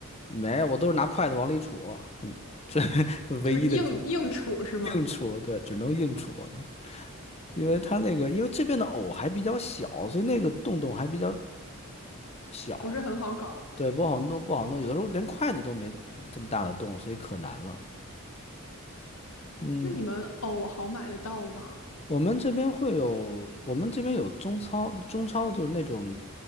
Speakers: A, on the left; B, on the left.
A: 没，我都是拿筷子往里杵，嗯这 <laughs> 唯一的。
B: 就是硬硬处是吗？
A: 硬戳，对，只能硬戳呢，因为它那个，因为这边的藕还比较小，所以那个洞洞还比较小，
B: 不是很好搞。
A: 对，不好弄，不好弄，有的时候连筷子都没这么大的洞，所以可难了。嗯，
B: 那你们哦，好买得到吗？
A: 我们这边会有，我们这边有中超，中超就是那种